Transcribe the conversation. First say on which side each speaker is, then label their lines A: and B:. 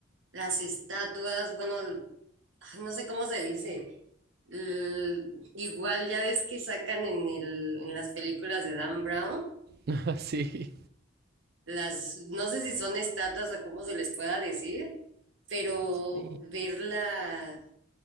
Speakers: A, on the right (about 70°); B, on the right (about 50°).
A: las estatuas, bueno, ay, no sé cómo se dice. l- Igual ya ves que sacan en el, en las películas de Dan Brown,
B: <laughs> sí.
A: las, no sé si son estatuas o cómo se les pueda decir, pero
B: sí.
A: ver la,